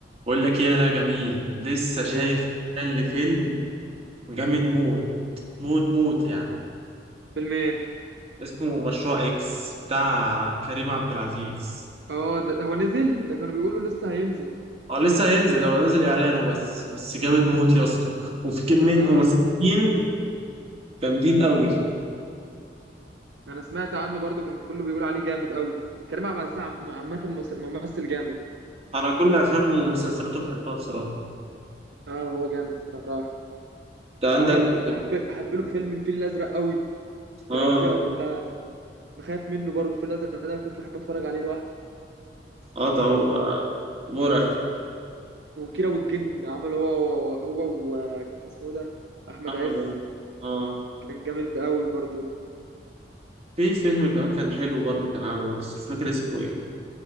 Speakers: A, on the right (about 35°); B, on the right (about 70°).
A: بقول لك ايه يا لا جميل لسه شايف
B: ايه
A: اعلان لفيلم جامد موت موت موت يعني
B: آه، فيلم ايه
A: اسمه مشروع اكس بتاع كريم عبد العزيز
B: اه ده هو نزل ده كانوا بيقولوا لسه هينزل
A: اه لسه هينزل هو نزل اعلانه بس بس جامد موت يا اسطى وفي كمية
B: اه
A: ممثلين جامدين قوي
B: انا سمعت عنه برضو كان كله بيقول عليه جامد قوي كريم عبد العزيز عم- عامه ممثل ممثل جامد
A: انا كل افلامه ومسلسلاته بحبها بصراحة
B: اه هو جامد صراحه
A: انت عندك
B: عمل بحب بحب له فيلم الفيل الازرق قوي
A: اه
B: باجزائه كلها بخاف منه برضو الفيل الازرق ده كنت بحب اتفرج عليه لوحدي
A: اه ده هو مرعب
B: وكيرة والجن عمل هو هو و اسمه ده احمد
A: احمد
B: عز
A: عز. اه
B: كان جامد قوي برضو
A: في فيلم كمان كان حلو برضه كان عامله بس مش فاكر اسمه ايه